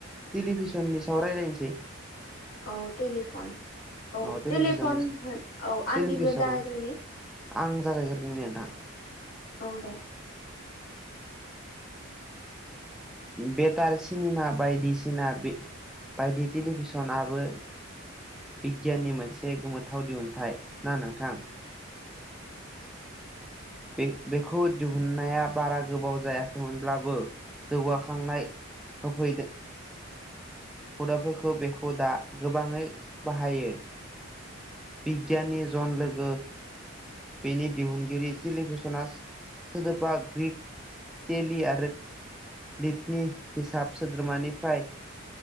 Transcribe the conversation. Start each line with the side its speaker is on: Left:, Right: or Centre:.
Centre: टेलिभिसननि सायाव रायजलायनोसै
Left: औ टेलिफन औ
Centre: अ टेलिभिसननि
Left: टेलिफन होन औ
Centre: टेलिभिसनाव
Left: आं गिबियावनो जागायग्रोनि
Centre: आं जागायग्रदों नोंथां।
Left: औ दे।
Centre: बेटार सिनेमा बायदिसिना बे बायदि टेलिभिसनाबो बिगियाननि मोनसे गोमोथाव दिहुनथाइ ना नोंथां। बे बेखौ दिहुननाया बारा गोबाव जायाखैमोनब्लाबो जौगाखांनाय होफैदो हुदाफोरखौ बेखौ दा गोबाङै बाहायो बिग्यानि जन लोगो बेनि दिहुनगिरि टेलिभिसना सोदोबा ग्रिक टेलि आरो लिटनि फिसाब सोद्रोमानिफ्राय